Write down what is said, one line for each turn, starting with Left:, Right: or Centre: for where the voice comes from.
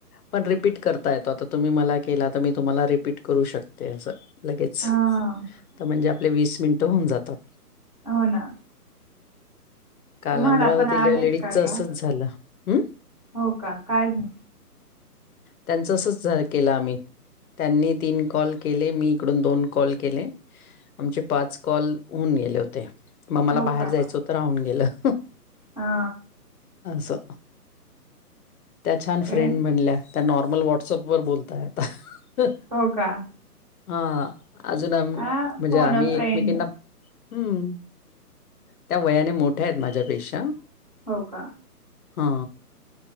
Left: पण रिपीट करता येतो आता तुम्ही मला केला तर मी तुम्हाला रिपीट करू शकते असं. लगेच
Right: हा
Left: तर म्हणजे आपले वीस मिनटं होऊन जातात.
Right: हो ना
Left: काल
Right: तुम्हाला
Left: अमरावतीला
Right: पण आलेत
Left: लेडीजचं
Right: का का
Left: असंच झालं हं
Right: हो का काय झा.
Left: त्यांच असंच झार केलं आम्ही त्यांनी तीन कॉल केले मी इकडून दोन कॉल केले. आमचे पाच कॉल होऊन गेले होते मग मला
Right: हो
Left: बाहेर
Right: का
Left: जायचं हो तर राहून गेलं.
Right: हा
Left: सो त्या छान
Right: काय
Left: फ्रेंड म्हणल्या त्या नॉर्मल व्हॉट्सअपवरर बोलताय आता
Right: हो का?
Left: हा अजून म्हणजे
Right: हा फोन
Left: आम्ही
Right: अ फ्रेंड
Left: एकमेकीांना हम् त्या वयाने मोठ्या आहेत माझ्यापेक्षा
Right: हो का
Left: हा.